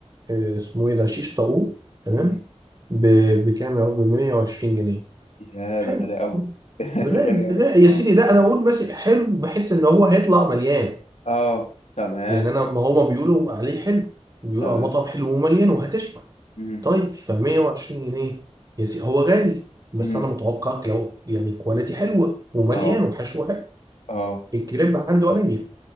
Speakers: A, on the right (about 30°); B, on the left (about 70°).
A: آه، اسمه ايه ده شيش طاووق تمام
B: مم.
A: ب- بكام يا رب ب 120 جنيه
B: يا
A: حلو
B: ده غالي أوي <laughs>
A: غالي
B: غالي أوي
A: غالي
B: اه
A: يا سيدي لا انا اقول ماشي حلو بحس ان هو هيطلع مليان
B: اه تمام
A: يعني انا ما هما بيقولوا عليه حلو بيقولوا
B: تمام
A: على المطعم حلو ومليان وهتشبع
B: مم.
A: طيب ف 120 جنيه يا سيدي هو غالي بس
B: مم.
A: انا متوقع كو- يعني كواليتي حلوه ومليان
B: اه
A: وحشوه حلو
B: اه
A: الكريب عنده انيميا